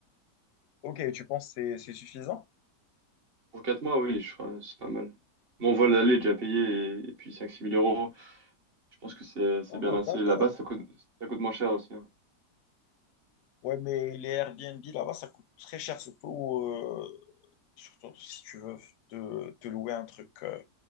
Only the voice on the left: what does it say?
Ok, tu penses que c'est c'est suffisant?
Ah,
d'accord.
Ouais, mais les Airbnb là-bas, ça coûte très cher, surtout, euh, surtout si tu veux te, te louer un truc euh,